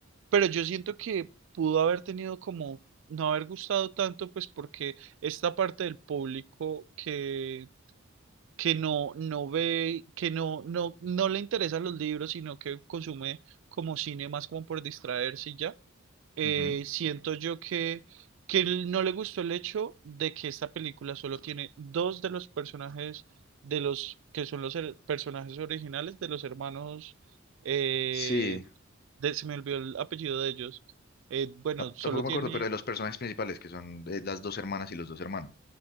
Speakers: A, on the right; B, on the left.
A: pero yo siento que pudo haber tenido como no haber gustado tanto, pues porque esta parte del público que, que no, no ve, que no, no, no le interesan los libros, sino que consume como cine más como por distraerse y ya eh,
B: ujú.
A: siento yo que, que él no le gustó el hecho de que esta película solo tiene dos de los personajes de los que son los her- personajes originales de los hermanos eh,
B: Sí,
A: de- se me olvidó el apellido de ellos. Eh, bueno,
B: Tap-
A: solo
B: Tampoco me
A: tiene,
B: acuerdo, pero de los personajes principales, que son eh, las dos hermanas y los dos hermanos.